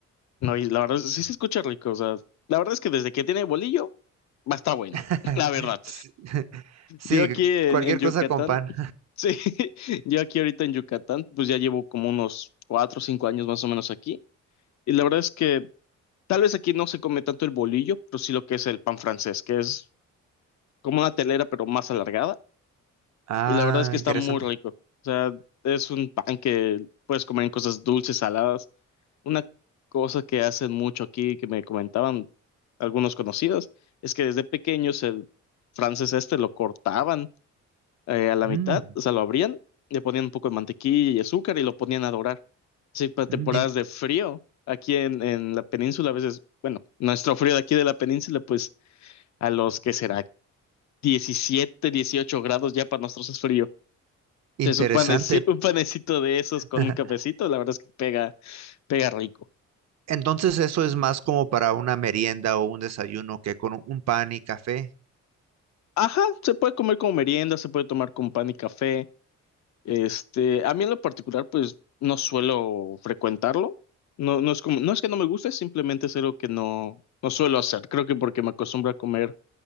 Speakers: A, on the left; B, on the right.
A: No, y la verdad, sí se escucha rico. O sea, la verdad es que desde que tiene bolillo, va a estar bueno.
B: <laughs>
A: <laughs> La verdad.
B: Sí, <laughs> sí,
A: Yo aquí en,
B: cualquier
A: en Yucatán,
B: cosa con pan.
A: <laughs> sí, yo aquí ahorita en Yucatán, pues ya llevo como unos cuatro o cinco años más o menos aquí. Y la verdad es que tal vez aquí no se come tanto el bolillo, pero sí lo que es el pan francés, que es como una telera, pero más alargada.
B: Ah,
A: Y la verdad es que está
B: interesante.
A: muy rico. O sea, es un pan que puedes comer en cosas dulces, saladas. Una cosa que hacen mucho aquí, que me comentaban algunos conocidos, es que desde pequeños el francés este lo cortaban eh, a la
B: Mm,
A: mitad, o sea, lo abrían, le ponían un poco de mantequilla y azúcar y lo ponían a dorar. Sí, para
B: mm,
A: temporadas
B: in-
A: de frío, aquí en, en la península, a veces, bueno, nuestro frío de aquí de la península, pues a los que será 17, 18 grados ya para nosotros es frío. Entonces,
B: interesante.
A: un panecito, un panecito de esos con
B: <laughs>
A: un cafecito, la verdad es que pega, pega rico.
B: Entonces eso es más como para una merienda o un desayuno que con un pan y café.
A: Ajá, se puede comer como merienda, se puede tomar con pan y café. Este, a mí en lo particular, pues no suelo frecuentarlo. No, no es como, no es que no me guste, simplemente es algo que no, no suelo hacer. Creo que porque me acostumbro a comer